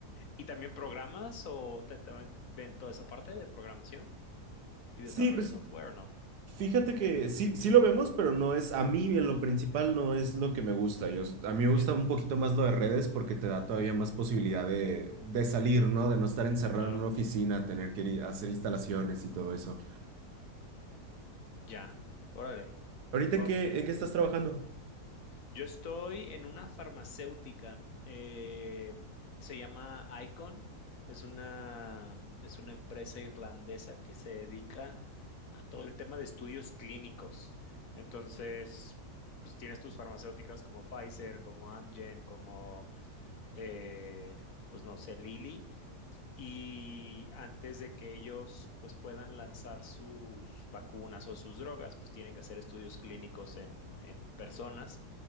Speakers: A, on the left; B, on the right.
A: ¿Y también programas o te, también ven toda esa parte de programación? y
B: Sí,
A: desarrollo
B: pues
A: de software, ¿o ¿no?
B: Fíjate que sí, sí lo vemos, pero no es, a mí en lo principal no es lo que me gusta. Yo, a mí me gusta
A: Ya,
B: un poquito más lo de redes porque te da todavía más posibilidad de, de salir, ¿no? De no estar encerrado
A: claro,
B: en una oficina, tener que ir a hacer instalaciones y todo eso.
A: ya. Órale.
B: ¿Ahorita
A: Wow,
B: en qué,
A: ok.
B: en qué estás trabajando?
A: Yo estoy en una farmacéutica. eh, se llama Icon. Es una, es una empresa irlandesa que se dedica a todo el tema de estudios clínicos. Entonces, pues tienes tus farmacéuticas como Pfizer, como Amgen, como, eh, pues no sé, Lilly Y antes de que ellos pues puedan lanzar sus vacunas o sus drogas, pues tienen que hacer estudios clínicos en, en personas